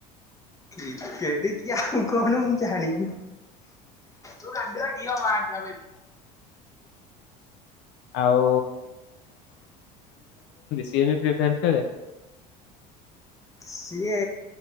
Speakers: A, on the left; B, on the left.
A: କି କେଠିକ ାଉ କଣ ମୁଁ ଜାଣିନି ତୁ କଡି ରଖି ମା ଆଞ
B: ଆଉ ପ୍ରିଫେ ଖେଳେ
A: ସିଏ